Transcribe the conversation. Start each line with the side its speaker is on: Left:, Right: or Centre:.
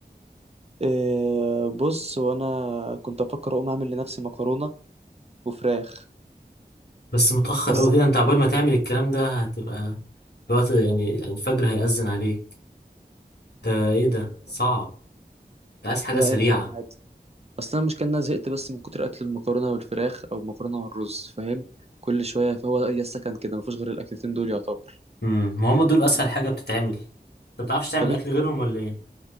Right: إيه بص وانا كنت افكر اقوم اعمل لنفسي مكرونه وفراخ
Left: بس متاخر
Right: بس
Left: قوي
Right: انا
Left: كده انت عبال ما تعمل الكلام ده هتبقى الوقت يعني الفجر هيأذن عليك ده ايه ده
Right: إيه،
Left: صعب انت عايز حاجه
Right: لا
Left: سريعه
Right: يا عم عادي اصل انا مش كان أنا زهقت بس من كتر اكل المكرونه والفراخ او المكرونه والرز فاهم كل شويه فهو اي سكن كده مفيش غير الاكلتين دول يعتبر
Left: امم ما هم دول
Right: فاهمني
Left: اسهل حاجه بتتعمل انت بتعرفش تعمل
Right: طب انت
Left: اكل غيرهم ولا ايه